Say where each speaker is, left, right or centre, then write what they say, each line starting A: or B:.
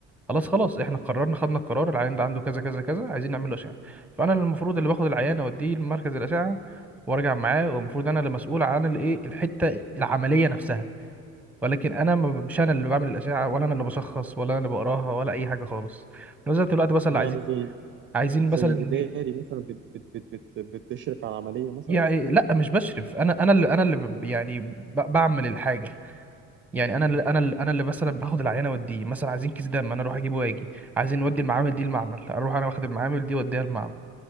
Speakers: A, in the centre; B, on the right (about 35°).
A: خلاص خلاص احنا قررنا خدنا القرار العيان ده عنده كذا كذا كذا عايزين نعمل له اشعه فانا المفروض اللي باخد العيان اوديه لمركز الاشعه وارجع معاه والمفروض انا اللي مسؤول عن الايه الحته العمليه نفسها ولكن انا ما- مش انا اللي بعمل الاشعه ولا انا اللي بشخص ولا انا اللي بقراها ولا اي حاجه خالص نزلت الوقت بس اللي
B: يعني
A: عايزين
B: زي
A: عايزين
B: زي
A: مثلا ن-
B: إداري مثلا بت... بت... بت... بت... بتشرف على عملية مثلا
A: يعني لا مش بشرف انا انا اللي انا اللي ب- يعني ب- بعمل الحاجه يعني انا اللي انا اللي انا اللي مثلا باخد العينه واديه مثلا عايزين كيس دم انا اروح اجيبه واجي عايزين نودي المعامل دي المعمل اروح انا واخد المعامل دي واديها المعمل